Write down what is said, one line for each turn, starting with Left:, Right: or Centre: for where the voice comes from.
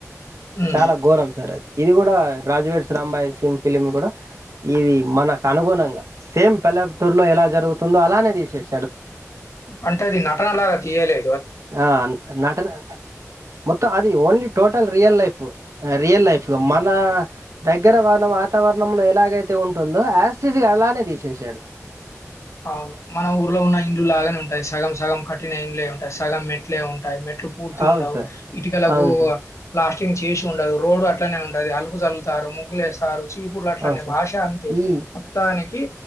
Left: హ్మ్.
Right: చాలా ఘోరం సార్ అది ఇది కూడా రాజువేట్స్ రాంబాయ్ సి ఫిలిం కూడా ఇది మనకు అనుగుణంగా సేమ్ పల్ల టూర్ లో ఎలా జరుగుతుందో అలానే తీసేసి
Left: అంటది నటనలాగా తీయలే
Right: ఆ నటన మొత్తం అది only total real life real life
Left: హ్మ్.
Right: మన దగ్గర వాన వాతావరణంలో ఎలాగైతే ఉంటుందో యాస్టిజగా అలానే తీసేసారు
Left: అవును మన ఊర్లో ఉన్న ఇండ్లు లాగానే ఉంటాయి సగం సగం కట్టిన ఇండ్ళ ఉంటాయి సగం మె ట్లే ఉంటాయి మెట్లు పూర్తి
Right: అవును
Left: ఉండవు
Right: సార్
Left: ఇకలకు
Right: అవును సార్
Left: ప్లాస్ కింగ్ చేసి ఉండదు రోడ్డు అట్లనే ఉంటది అలుగు చల్లుతారు ముగ్గులు వేస్తారు చీపుర్లు అట్లనే
Right: అవును సార్
Left: భాష అంతే
Right: ఈ
Left: మొత్తానికి కి